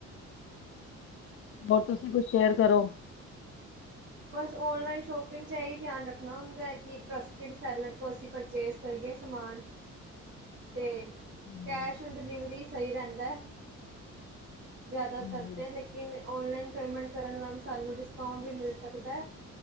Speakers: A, on the left; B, on the right.
A: ਹੋਰ ਤੁਸੀਂ ਕੁਛ ਸ਼ੇਅਰ ਕਰੋ।
B: ਬਸ ਔਨਲਾਇਨ ਸ਼ੋਪਿੰਗ 'ਚ ਇਹੀ ਧਿਆਨ ਰੱਖਣਾ ਹੁੰਦਾ ਐ, ਕਿ ਟਰੱਸਟਿਡ ਸ਼ੈਲਰ ਤੋਂ ਅਸੀਂ ਪਰਚੇਜ ਕਰੀਏ ਸਮਾਨ।
A: <inaudible>
B: ਤੇ,
A: ਹਾਂਜੀ,
B: ਕੈਸ਼ ਡਿਲੀਵਰੀ ਸਹੀ ਰਹਿੰਦਾ ਐ। ਜਿਆਦਾ
A: ਹਾਂਜੀ,
B: ਤਰ ਤੇ ਕਿਨੇ ਔਨਲਾਈਨ ਪੇਮੈਂਟ ਕਰਨ ਨਾਲ ਸਾਨੂੰ ਡਿਸਕਉਟ ਵੀ ਮਿਲ ਸਕਦਾ,